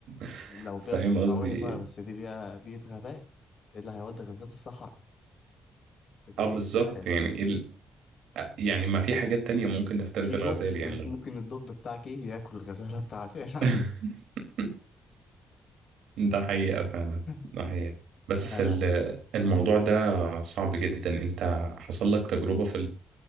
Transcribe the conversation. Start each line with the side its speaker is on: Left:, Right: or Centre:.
Right: <laughs>
Left: لو بيئة
Right: فاهم
Left: صحراوية
Right: قصدي
Left: بقى
Right: إيه؟
Left: بس دي بيئة بيئة غابات إيه اللي هيودي غزالة الصحراء دي
Right: أه بالظبط
Left: بيئة غابات
Right: يعني ال... آه، يعني ما في حاجات تانية ممكن تفترس
Left: في
Right: الغزال
Left: دب انت
Right: يعني
Left: ممكن الدب بتاعك ايه ياكل الغزالة بتاعتي يا عم
Right: <laughs> ده حقيقة فعلا
Left: <laughs>
Right: ده حقيقة بس
Left: لا لا
Right: ال- الموضوع ده صعب جدا انت حصل لك تجربة في